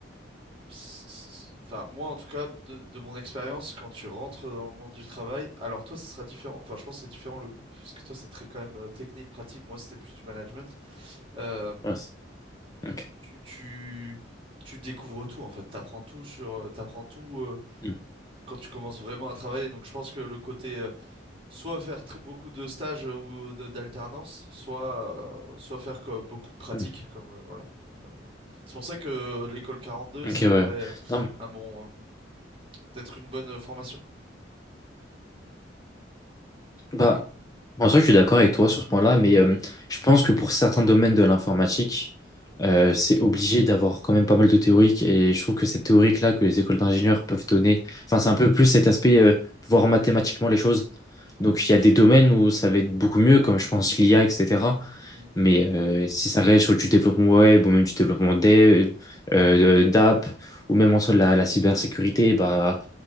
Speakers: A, on the right; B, on the left.
A: c- c- enfin, moi, en tout cas, de, de mon expérience, quand tu rentres dans le monde du travail, alors toi, ça sera différent, enfin, je pense que c'est différent, le, parce que toi, c'est très quand même euh, technique, pratique, moi, c'était plus du management. Euh,
B: Ouais, c'est- ok.
A: tu, tu, tu découvres tout, en fait, t'apprends tout sur, euh, t'apprends tout. euh,
B: Mm.
A: quand tu commences vraiment à travailler. Donc je pense que le côté euh, soit faire tr- beaucoup de stages euh, ou euh, de- d'alternance, soit, euh, soit faire co- beaucoup de pratiques.
B: Mm.
A: Comme, euh, voilà. C'est pour ça que euh, l'école 42,
B: Ok,
A: ça
B: ouais.
A: me paraît
B: ouais.
A: euh,
B: Non,
A: un bon, euh, d'être une bonne euh, formation.
B: Bah, en soi, je suis d'accord avec toi sur ce point-là, mais euh, je pense que pour certains domaines de l'informatique, euh, c'est obligé d'avoir quand même pas mal de théoriques. Et je trouve que cette théorique-là que les écoles d'ingénieurs peuvent donner, enfin, c'est un peu plus cet aspect, euh, voir mathématiquement les choses. Donc,
A: Ok.
B: il y a des domaines où ça va être beaucoup mieux, comme je pense l'IA, etc.
A: Mhm.
B: Mais euh, si ça reste sur du développement web ou même du développement dev, euh, d'app, ou même en soi de la, la cybersécurité, bah,